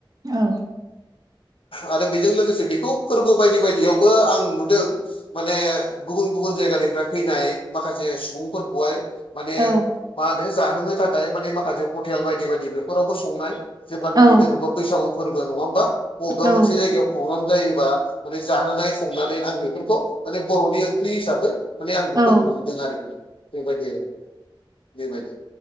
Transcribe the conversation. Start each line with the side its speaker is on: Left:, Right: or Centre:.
Right: औ
Left: आरो बेजों लोगोसे बेखौ फोरबो बायदि बायदियावबो आं नुदों माने गुबुन गुबुन जायगानिफ्राय फैनाय माखासे सुबुंफोरखौहाय माने
Right: औ
Left: मा होनो जाहोनो थाखाय माने माखासे हटेल बायदि बायदि बेफोरावबो संनाय जेब्लानाखि
Right: औ
Left: जेन'बा बैसागु फोरबो नङा होमबा बबेबा
Right: औ
Left: मोनसे जायगायाव प्रग्राम जायोबा माने जाहोनाय संनानै आं बेफोरखौ माने बर'नि ओंख्रि हिसाबै माने आं बेखौ
Right: औ
Left: नुदों आरोखि बे बायदि बे बायदि।